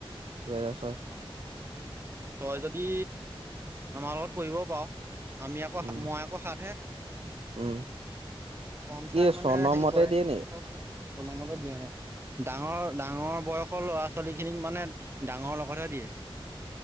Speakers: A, on the right; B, on the right.
A: দুহেজাৰ ছয়।
B: হয়। তই যদি আমাৰ লগত পঢ়িবও পাওঁ। আমি আকৌ
A: উম,
B: মই আকৌ সাত হে
A: উম,
B: পম
A: কি
B: চাই মানে
A: চনমতে
B: সেই কৰে।
A: দিয়ে নেকি?
B: চন মতে দিয়ে অ'। ডাঙৰ ডাঙৰ বয়সৰ ল'ৰা ছোৱালী খিনিক মানে ডাঙৰ লগ- পঠা দিয়ে।